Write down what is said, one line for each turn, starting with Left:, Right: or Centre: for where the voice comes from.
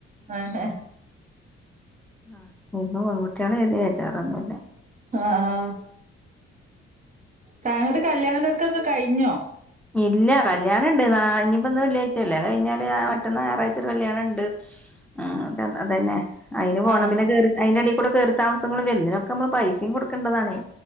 Right: ആഹ്
Centre: ആ ഇപ്പ പെൺകുട്ടികളാ കരുതി വെച്ചാറൊന്നുമില്ല.
Right: ആഹ് തങ്ങടെ കല്യാണ തിര ക്കോക്കെ കഴിഞ്ഞോ.
Centre: ഇല്ല കല്യാണം ഇണ്ട് ഇനിപ്പോ ഇന്ന് വെള്ളിയാഴ്ചയാല്ലേ അത് കഴിഞ്ഞാല് മറ്റന്നാ ഞായറാഴ്ച ഒരു കല്യാണ ഉണ്ട് ഉം അന്നാ തന്നെ അയിന് പോണം
Right: ആഹ്
Centre: പിന്നെകേറി അതിന്റെ യേടേൽ. ക്കൂടെ കേറീതാമസങ്ങളും വര്നത്. ഒക്കെ നമ്മള് പൈസിം കൊട് ക്കണ്ടതാണെ